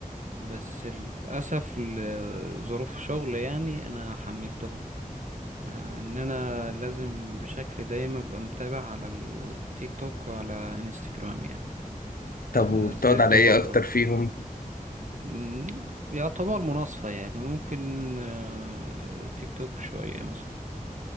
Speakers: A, on the right; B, on the left.
A: بس للاسف لظروف شغل يعني انا حملتهم آه، ان انا لازم بشكل دايم ابقى متابع على التيك توك وعلى انستجرام يعني
B: طب
A: آه،
B: وبتقعد
A: نزلته
B: على إيه
A: فترة
B: أكتر فيهم؟
A: مم، يعتبر مناصفة يعني ممكن آه، تيك توك شوية مثلا